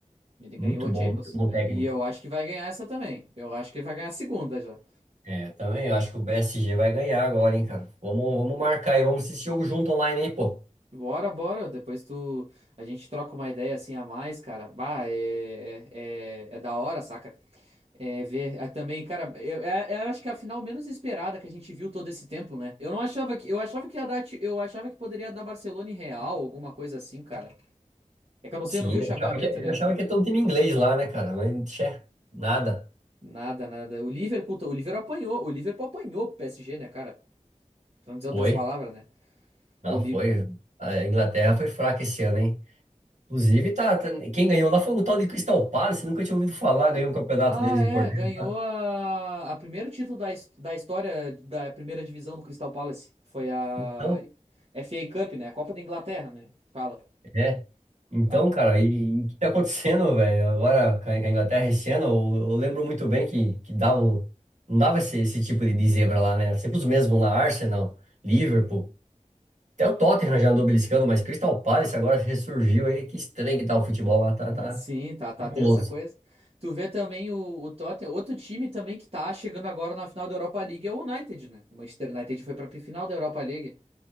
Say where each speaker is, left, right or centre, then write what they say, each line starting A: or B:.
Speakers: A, on the right; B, on the right.
A: Ele
B: Muito
A: ganhou a
B: bom,
A: Champions.
B: muito bom
A: É,
B: técnico.
A: E eu acho que vai ganhar essa também. Eu acho que ele vai ganhar a segunda já.
B: É, eu também acho que o PSG vai ganhar agora, hein, cara. Vamos, vamos marcar aí, vamos assistir jogo junto online aí, pô.
A: Bora, bora. Depois tu. A gente troca uma ideia assim a mais, cara. Bah, é, é, é, é da hora, saca? É ver é, também, cara. Eu é, é- eu acho que é a final menos esperada que a gente viu todo esse tempo, né? Eu não achava que. Eu achava que ia dar. ti- Eu achava que poderia dar Barcelona e Real, alguma coisa assim, cara. É que eu não sei,
B: Sim,
A: eu não vi o
B: eu
A: chaveamento,
B: achava que,
A: né?
B: eu achava que ia ter um time inglês lá, né, cara? Mas, tchê, nada.
A: Nada, nada. O Liverpool, o Liverpool apanhou. O Liverpool apanhou pro PSG, né, cara? Pra não dizer outras
B: Foi,
A: palavras, né? O,
B: não
A: Li...
B: foi. A Inglaterra foi fraca esse ano, hein? Inclusive, tá, tá- quem ganhou lá foi um tal de Crystal Palace, nunca tinha ouvido falar, ganhou um campeonato
A: Ah,
B: deles
A: é,
B: importante.
A: ganhou
B: lá.
A: a, a primeiro título da, his- da história da primeira divisão do Crystal Palace. Foi a
B: Então,
A: FA Cup, né? A Copa da Inglaterra, né? Fala.
B: É. Então,
A: A-
B: cara, e e o que tá acontecendo, <laughs> velho? Agora com a com a Inglaterra esse ano, eu, eu lembro muito bem que, que dava, o- não dava esse, esse tipo de de zebra lá, né? Era Sempre os mesmos lá, Arsenal, Liverpool, até o Tottenham já andou beliscando, mas Crystal Palace agora ressurgiu aí. Que estranho que tá o futebol lá, tá, tá
A: sim, tá, tá
B: nebuloso.
A: tensa a coisa. Tu vê também o, o Tottenham, outro time também que tá chegando agora na final da Europa League é o United, né? O Manchester United foi pra final da Europa League. Não